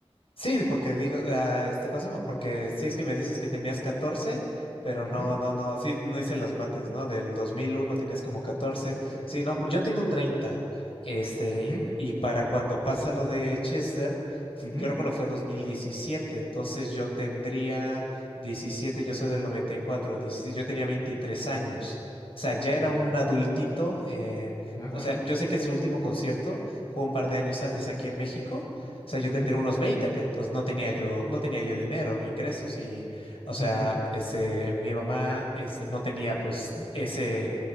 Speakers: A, on the left (about 60°); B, on the left (about 40°).
A: Sí, porque digo, ah, este, ¿cómo se llama? Porque sí es que me dices que tenías 14, pero
B: Ujú,
A: no, no, no, sí, no hice las mates, ¿no? Del 2001 tenías como 14. sí, no, yo tengo 30, este,
B: ujú,
A: y, y para cuando pasa lo de Chester, fu-
B: ujú,
A: yo recuerdo fue 2017, entonces yo tendría 17. yo soy del 94, 16, yo tenía veintitrés
B: ujú.
A: años. O sea, ya
B: Sí,
A: era un
B: sí.
A: adultito. eh,
B: Ajá.
A: o sea, yo sé que su último concierto fue un par de años antes aquí en México, o sea, yo
B: ujú,
A: tendría unos 20, pero pues no tenía yo, no tenía yo dinero ni ingresos y, o sea,
B: ujú,
A: este, mi mamá, este, no tenía pues ese,